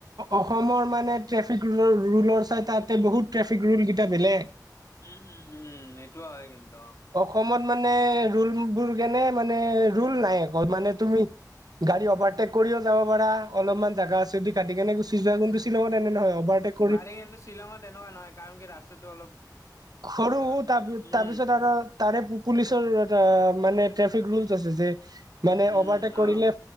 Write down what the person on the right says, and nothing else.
অসমৰ মানে ট্ৰেফিক ৰুলৰ চাই তাতে বহুত ট্ৰেফিক ৰুল কেইটা বেলেগ
অসমত মানে ৰোল কেনে মানে ল নাই মানে তুমি গাড়ী অভাৰটেক কৰি যাব অলপমান জেগা আছে যদি কাটি কেনে গুচি যোৱা কিন্তু। শ্বিলঙত এনে নহয় অভাৰটেক কৰি
সৰু
তাৰপিছত
আৰু তাৰে পুলিচৰ মানে ট্ৰেফিক ৰ যে মানে
অভাৰটেক কৰিলে